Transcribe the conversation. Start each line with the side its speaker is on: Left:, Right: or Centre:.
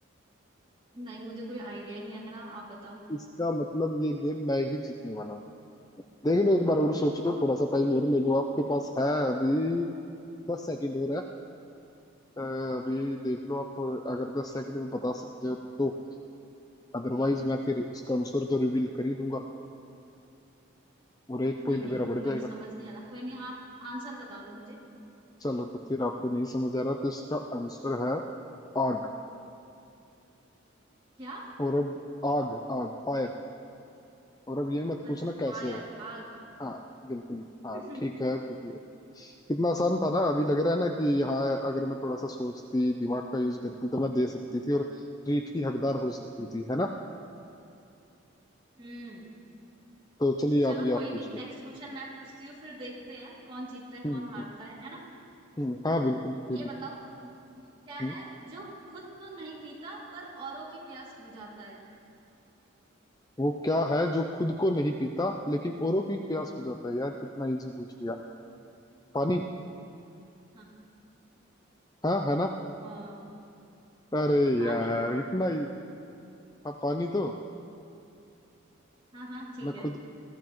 Right: नहीं मुझे कोई आइडिया नहीं आ रहा आप बताओ
Left: इसका मतलब ये गेम मैं ही जीतने वाला हूँ देख लो एक बार और सोच लो थोड़ा सा टाइम और ले लो आपके पास है अभी दस सेकंड और है अ, अभी देख लो आप अगर दस सेकंड में बता सकते हो तो अदरवाइज मैं फिर इसका आंसर तो रिवील कर ही दूंगा और एक पॉइंट
Right: नहीं नहीं
Left: मेरा बढ़
Right: मुझे
Left: जाएगा
Right: समझ नहीं आ रहा कोई नहीं आप आंसर बता दो मुझे
Left: चलो तो फिर आपको नहीं समझ आ रहा तो इसका आंसर है आग
Right: क्या
Left: और अब आग आग फायर और अब ये मत पूछना
Right: अच्छा
Left: कैसे
Right: फायर
Left: है
Right: आग
Left: हाँ बिल्कुल हाँ
Right: <laughs>
Left: ठीक है बिल्कुल। कितना आसान था ना अभी लग रहा है ना कि हाँ अगर मैं थोड़ा सा सोचती दिमाग का यूज करती तो मैं दे सकती थी और ट्रीट की हकदार हो सकती थी है ना
Right: हम्म
Left: तो चलिए
Right: चलो
Left: आप भी
Right: कोई
Left: आप पूछ
Right: नहीं
Left: लो
Right: नेक्स्ट क्वेश्चन मैं पूछती हूँ फिर देखते हैं कौन जीतता है
Left: हम्म
Right: कौन हारता
Left: हम्म
Right: है है ना
Left: हम्म, हाँ बिल्कुल क्यों
Right: ये
Left: नहीं
Right: बताओ वो क्या
Left: हम्म,
Right: है जो खुद तो नहीं पीता पर औरों की प्यास बुझाता है
Left: वो क्या है जो खुद को नहीं पीता लेकिन औरों की प्यास बुझाता है यार कितना इजी पूछ लिया पानी
Right: हाँ
Left: हाँ है ना
Right: अ,
Left: अरे
Right: पानी
Left: यार इतना ही- हाँ पानी तो
Right: हाँ हाँ ठीक
Left: मैं
Right: है
Left: खुद